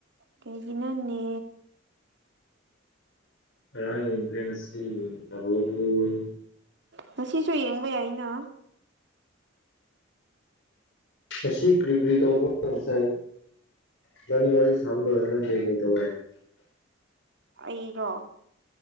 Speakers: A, on the right; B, on the left.
A: ꯀꯩꯒꯤꯅꯣꯅꯦ
B: UNINTELLIGIBLE
A: ꯉꯁꯤꯁꯨ ꯌꯦꯡꯕ ꯌꯥꯢꯅꯥ꯬
B: ꯑꯁꯤ ꯀ꯭ꯔꯤ ꯀ꯭ꯔꯤ ꯇꯧꯕ ꯉꯁꯥꯏ ꯏꯕꯥꯅꯤ ꯋꯥꯔꯤ ꯁꯥꯕ ꯂꯣꯏꯔ ꯂꯩ ꯀꯩ ꯀꯩ ꯇꯧꯋꯦ
A: ꯑꯩꯗꯣ